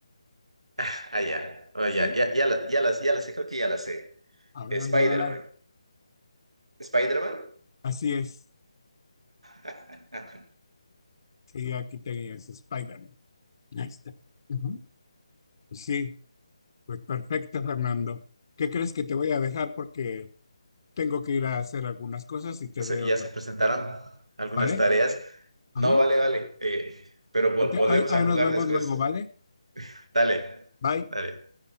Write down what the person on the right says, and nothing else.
<laughs> allá ya. Oh,
ya, ya, ya, la, ya, la, ya la sé, creo que ya la sé.
Spider-Man.
¿Spider-Man?
<laughs>
se-
ya se presentaron algunas
tareas. No,
vale, vale. eh, pero vol-
volvemos
a jugar
después.
Dale,
dale.